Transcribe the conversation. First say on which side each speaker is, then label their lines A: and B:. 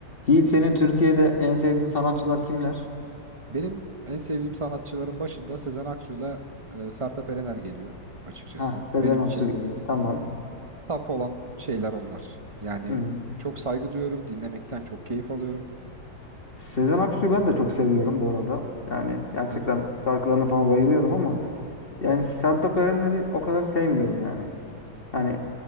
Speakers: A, on the left (about 30°); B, on the right (about 25°).
A: Yiğit senin Türkiye'de en sevdiğin sanatçılar kimler?
B: Benim en sevdiğim sanatçıların başında Sezen Aksu'yla e, Sertab Erener geliyor açıkçası.
A: Ha, Sezen
B: Benim
A: Aksu
B: için
A: geliyor. Tamam.
B: top olan şeyler onlar. Yani
A: Hı.
B: çok saygı duyuyorum, dinlemekten çok keyif alıyorum.
A: Sezen Aksu'yu ben de çok seviyorum bu arada. Yani gerçekten
B: Hı hı.
A: şarkılarına falan bayılıyorum ama yani Sertab Erener'i o kadar sevmiyorum yani. Yani